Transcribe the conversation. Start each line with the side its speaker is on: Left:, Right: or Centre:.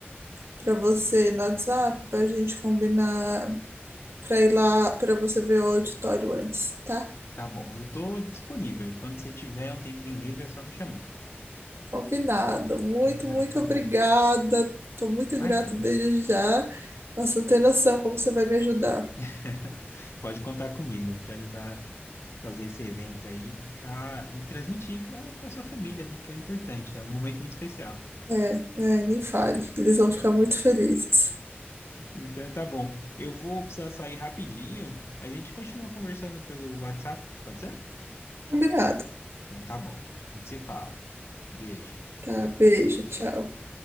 Right: para você no WhatsApp para a gente combinar para ir lá para você ver o auditório antes, tá?
Left: Tá bom, eu tô disponível. E quando você tiver um tempinho livre, é só me chamar.
Right: Combinado. Muito,
Left: Então,
Right: muito
Left: tá
Right: obrigada.
Left: bom.
Right: Tô muito
Left: Imagina.
Right: grata desde já. Nossa, não tem noção como você vai me ajudar.
Left: <laughs> Pode contar comigo, te ajudar a fazer esse evento aí, e ficar e transmitir para sua família, né? Que é o importante, é um momento muito especial.
Right: É, né, nem fale. Eles vão ficar muito felizes.
Left: Então tá bom. Eu vou precisar sair rapidinho, mas a gente continua conversando pelo WhatsApp, pode ser?
Right: Combinado.
Left: Então tá bom. A gente se fala. Beijo.
Right: Tá, beijo,
Left: Tchau,
Right: tchau.
Left: tchau.